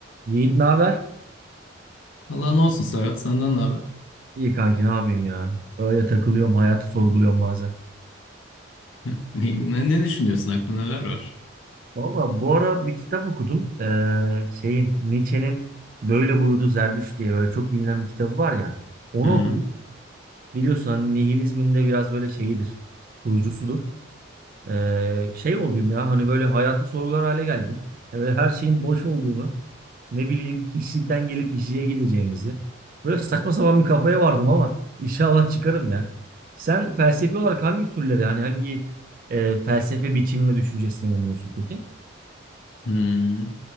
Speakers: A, on the right (about 45°); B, on the left (about 75°).
A: Yiğit ne haber?
B: Allah ne olsun Serhat, senden ne haber?
A: İyi kanki ne yapayım ya? Öyle takılıyorum, hayatı sorguluyorum bazen.
B: Hı. Ne, ne ne düşünüyorsun? Aklında neler var?
A: Valla bu ara bir kitap okudum. Ee, şeyin Nietzsche'nin Böyle Buyurdu Zerdüşt diye böyle çok bilinen bir kitabı var ya. Onu
B: Ha,
A: okudum. Biliyorsun hani nihilizmin de biraz böyle şeyidir. Kurucusudur. Ee, şey olayım ya hani böyle hayatı sorgular hale geldim. Yani Böyle her şeyin boş olduğunu, ne bileyim hiçlikten gelip hiçliğe gideceğimizi. Böyle saçma sapan bir kafaya vardım ama inşallah çıkarım ya. Sen felsefi olarak hangi türlere yani hangi e, felsefe biçimine düşüncesine inanıyorsun peki?
B: hmm.